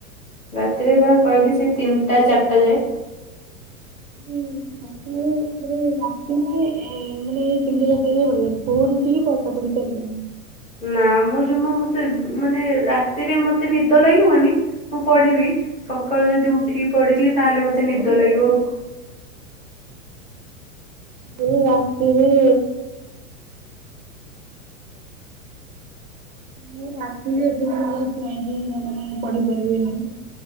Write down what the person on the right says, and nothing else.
ହୁଁ, <unintelligible> ଆକଚୁଇଲି ଏ-ଏ-ଏ ମାନେ ତିନିଟା ଚାରିଟା ଯାଏ ପଢ଼ି ପାରିବି ଭୋଅରୁ ଉଠିକି ପାଠ ପଢ଼ି ପାରିବିନି।
ମୋର
କିନ୍ତୁ
ଓଲଟା। ମୁଁ ରାତିରେ ମୁଁ ରାତିରେ ଏତେ ସମୟ ଯାଏ ଚେଇକି ମାନେ ପଢ଼ି ପାରିବିନି।